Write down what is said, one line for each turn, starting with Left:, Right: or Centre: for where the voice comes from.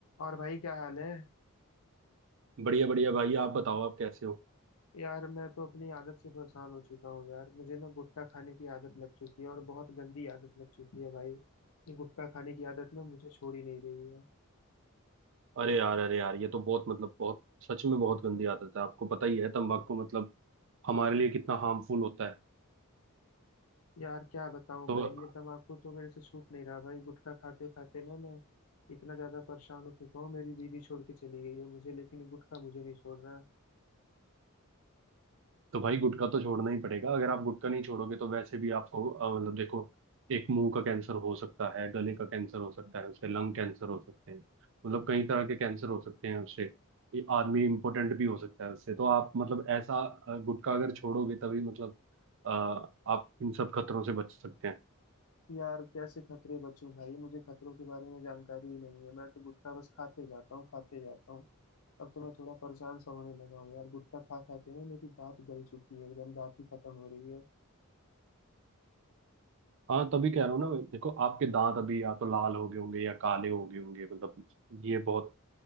Left: और भाई क्या हाल है
Right: बढ़िया बढ़िया भाई आप बताओ आप कैसे हो
Left: यार मैं तो अपनी आदत से परेशान हो चुका हूँ यार मुझे ना गुटखा खाने की आदत लग चुकी है और बहुत गंदी आदत लग चुकी है भाई ये गुटखा खाने की आदत ना मुझे छोड़ ही नहीं रही है
Right: अरे यार अरे यार ये तो बहुत मतलब बहुत सच में बहुत गंदी आदत है आपको पता ही है तंबाकू मतलब हमारे लिए कितना हार्मफुल होता है
Left: यार क्या बताऊँ
Right: तो
Left: भाई ये तम्बाकू तो मेरे से छूट नहीं रहा भाई गुटखा खाते खाते ना मैं इतना ज्यादा परेशान हो चुका हूँ मेरी दीदी छोड़ के चली गई है मुझे लेकिन ये गुटखा मुझे नहीं छोड़ रहा
Right: तो भाई गुटखा तो छोड़ना ही पड़ेगा अगर आप गुटखा नहीं छोड़ोगे तो वैसे भी आपको अ, मतलब देखो एक मुंह का कैंसर हो सकता है गले का कैंसर हो सकता है उससे लंग कैंसर हो सकते हैं मतलब कई तरह के कैंसर हो सकते हैं उससे ये आदमी इम्पोर्टेंट भी हो सकता है उससे तो आप मतलब ऐसा अ, गुटखा अगर छोड़ोगे तभी मतलब अ, आप इन सब खतरों से बच सकते हैं
Left: यार कैसे खतरे बचूं भाई मुझे खतरों के बारे में जानकारी ही नहीं है मैं तो गुटखा बस खाते जाता हूँ खाते जाता हूँ अब तो मैं थोड़ा परेशान सा होने लगा हूँ यार गुटखा खा खा के ना मेरी दांत गल चुकी है एकदम दांत ही खत्म हो रही है
Right: हाँ तभी कह रहा हूँ ना मैं देखो आपके दांत अभी या तो लाल हो गए होंगे या काले हो गए होंगे मतलब ये बहुत